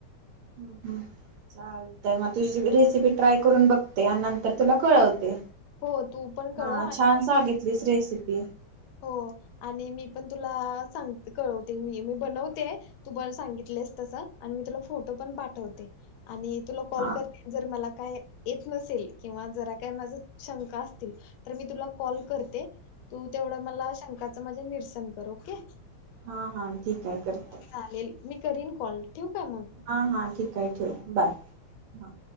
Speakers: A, on the right; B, on the left.
A: ह् हम् चालतय मग तुझी रेसिपी ट्राय करून बघते आणि नंतर- तुला कळवते
B: हो तू पण कळव
A: हा
B: आणि
A: छान सांगितलीस रेसिपी. <unintelligible>
B: हो आणि मी पण तुला सांग कळवते मी मी बनवते तू प सांगितलेस तस आणि मी तुला फोटो पण पाठवते आणि तुला कॉल
A: हा
B: करे जर मला काय - येत नसेल किंवा जरा काही माझ्या शंका असतील तर मी तुला कॉल करते तू तेवढा मला शंका - माजे निरसन करो ओके?
A: हा हा ठीक आहे करत आहे.
B: चालेल मी करीन कॉल ठेवू काय मग
A: हा हा ठीक हाय ठेव बाय हा